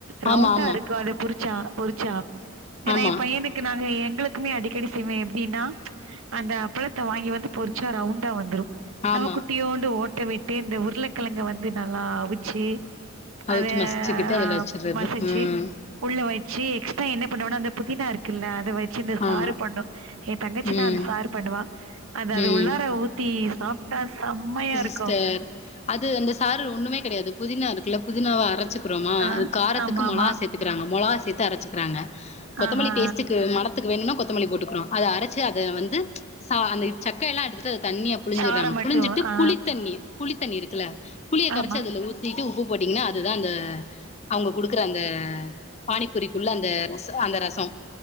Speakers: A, on the left; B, on the right.
A: ஆமா
B: ரவுண்டா
A: ஆமா
B: இருக்கு அத புறிச்சா பொறிச்சா ஏனா
A: ஆமா
B: எ பையனுக்கு நாங்க எங் ங்களுக்குமே அடிக்கடி செய்வே எப்டின்னா அந்த அப்பளத்த வாங்கி வந்து பொறிச்சா ரவுண்டா வந்துரு
A: ஆமா
B: நம்ம குட்டியோண்டு ஓட் ட்ட விட்டு இந்த உருளக்கெழங்க வந்து நல்லா அவிச்சு
A: அவிச்சு
B: அத
A: மசிச்சுக்கிட்டு அதுல
B: ஆஹ்
A: வச்சர்றது
B: மசிச்சு
A: ம்
B: உள்ள வச்சு எக்ஸ்ட்ரா என்ன பண்ணோனா அந்த புதினா இருக் குல்ல அத வ சு இந்த சாறு
A: ஆமா
B: பண்ணு எ தங்கச்சி
A: ம்
B: தா அந்த சாறு பண்ணுவா அது அது
A: ம்
B: உள்ளார ஊத்தி சாப்ட்டா செம்மையா இருக்
A: சரி அது அந்த சாறு ஒண்ணுமே கெடையாது புதினா இருக்குல புதினாவா அரச்சு றோமா
B: ஆ
A: அது காரத்துக்கு
B: ஆமா
A: மொளகா
B: ஆமா
A: சேத்துக்குறாங்க மொளகாச் சே்த்து அரச்சுக்குறாங்க கொத்தமல்லி
B: ஆஹா
A: டேஸ்ட்டுக்கு மனத்துக்கு வேணும்னா கொத்தமல்லி போட்டுக்குறோ அத அரைச்சு அத வந்து சா சக்கைய எல்லா எடுத்துட்டு அது தண்ணிய புழிஞ்சுறாங்க
B: சார மட்டு
A: புழிஞ்சிட்டு
B: ஆ
A: புளித்தண்ணிய புளித்தண்ணி இருக்குல புளிய கரச்சு
B: ஆமா
A: அதுல ஊத்திட்டு உ ப்பு போட்டீங்கன்னா அதுதா அந்த அவங்க குடுக்குற அந்த பானிப்பூரிக்குள்ள அந்த ச் அந்த ரச் சம்